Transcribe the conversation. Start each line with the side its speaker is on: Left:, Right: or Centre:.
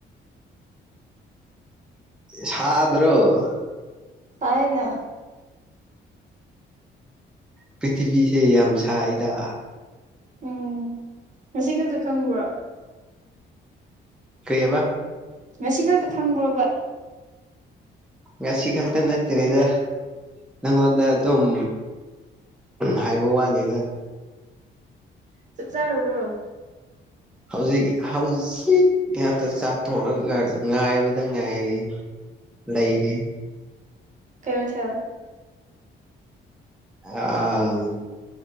Centre: <inaudible> ꯁꯥꯗ꯭ꯔꯣ
Right: ꯇꯥꯏꯅ
Centre: ꯄ꯭ꯔꯤꯊꯤꯕꯤꯁꯦ ꯌꯥꯝ ꯁꯥꯏꯗ
Right: ꯎꯝ ꯉꯁꯤ ꯈꯛꯇ ꯈꯪꯕ꯭ꯔꯣ
Centre: ꯀꯔꯤꯌꯦꯕ
Right: ꯉꯁꯤ ꯈꯛꯇ ꯈꯪꯗ꯭ꯔꯣꯕ
Centre: ꯉꯒꯥꯁꯤ ꯈꯇ ꯅꯠꯇꯔꯦꯗ ꯅꯪꯉꯣꯟꯗ ꯑꯗꯨꯝ ꯍꯥꯏꯕ ꯋꯥꯅꯤꯗ꯫
Right: ꯆꯥꯛ ꯆꯥꯨꯔꯕ꯭ꯔꯣ꯫
Centre: ꯍꯧꯖꯤꯛ ꯍꯧꯖꯤꯛ ꯉꯥꯛꯇ ꯆꯥꯊꯣꯛꯑꯒ ꯉꯥꯏꯕꯗ ꯉꯥꯏꯔꯤ꯫ ꯂꯩꯅꯦ꯫
Right: ꯀꯩꯃꯤ ꯊ
Centre: ꯑ